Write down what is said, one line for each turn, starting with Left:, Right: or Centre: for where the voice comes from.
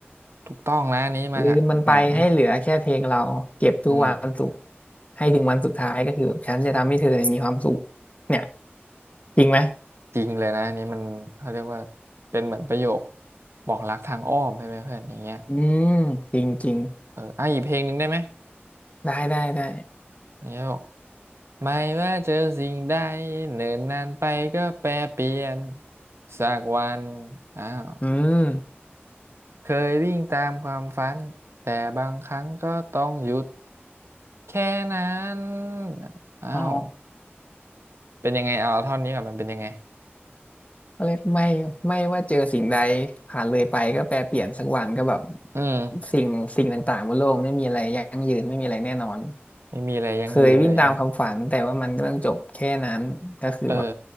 Right: ถูกต้องนะอันนี้มาจากหนังนะ
Left: ลืมมันไปให้เหลือแค่เพลงเราเก็บทุกวันสุข
Right: อืม
Left: ให้ถึงวันสุดท้ายก็คือแบบฉันจะทำให้เธอเนี่ยมีความสุขเนี่ยจริงไหม
Right: จริงเลยนะอันนี้มันเขาเรียกว่าเป็นเหมือนประโยคบอกรักทางอ้อมใช่ไหมเพื่อนอย่างเงี้ย
Left: อืมจริงจริง
Right: เอออ่ะอีกเพลงหนึ่งได้ไหม
Left: ได้ได้ได้
Right: อย่ี้บอกไม่ว่าเจอสิ่งใดเนิ่นนานไปก็แปรเปลี่ยนสักวันอ้าว
Left: อืม
Right: เคยวิ่งตามความฝันแต่บางครั้งก็ต้องหยุดแค่นั้นอ้าว
Left: อ๋อ
Right: เป็นยังไงเอาท่อนนี้ก่อนมันเป็นยังไง
Left: ก็เลยไม่ไม่ว่าเจอสิ่งใดผ่านเลยไปก็แปรเปลี่ยนสักวันก็แบบ
Right: อืม
Left: สิ่งสิ่งต่างๆบนโลกไม่มีอะไรยั่งยืนไม่มีอะไรแน่นอน
Right: ไม่มีอะไรยั่งยืนเลยฮะ
Left: เคยวิ่งตามความฝันแต่ว่ามันก็ต้องจบแค่นั้นก็คือแบบ
Right: เออ